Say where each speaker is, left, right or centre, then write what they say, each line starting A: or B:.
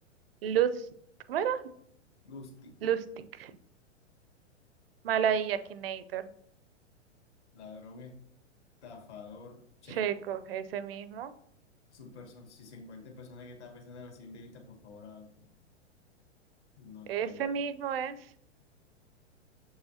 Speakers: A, on the right; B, on the left.
A: Luz. ¿Cómo era?
B: Lustig,
A: Lustig. Malaya Akinator.
B: ladrón estafador checo.
A: Checo, ese mismo.
B: Su perso- si se encuentra persona que está pensando en la siguiente lista, por favor, ah, no
A: Ese
B: está en la lista.
A: mismo es.